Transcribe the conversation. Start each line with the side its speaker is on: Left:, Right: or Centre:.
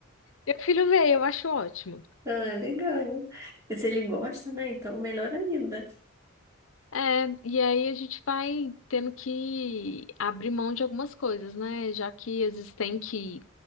Left: meu filho vê, eu acho ótimo.
Right: Ah, legal. E se ele gosta, né? Então, melhor ainda.
Left: É, e aí a gente vai tendo que abrir mão de algumas coisas, né? Já que às vezes tem que.